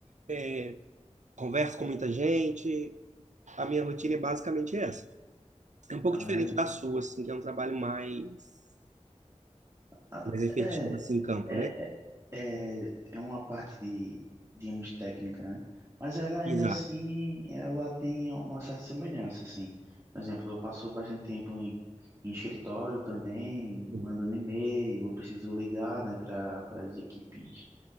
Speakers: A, on the right (about 80°); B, on the right (about 25°).
A: é, converso com muita gente. A minha rotina é basicamente essa. É um pouco
B: Ai,
A: diferente da sua, assim, que é um trabalho mais,
B: a-
A: mais efetivo,
B: é,
A: assim, em campo,
B: é,
A: né?
B: é, é uma parte de, digamos, técnica, né? Mas ela ainda
A: Exato.
B: assim, ela tem uma certa semelhança, assim. Por exemplo, eu passo bastante tempo em, em escritório também,
A: Sim.
B: mandando e-mail, eu preciso ligar, né, para para as equipes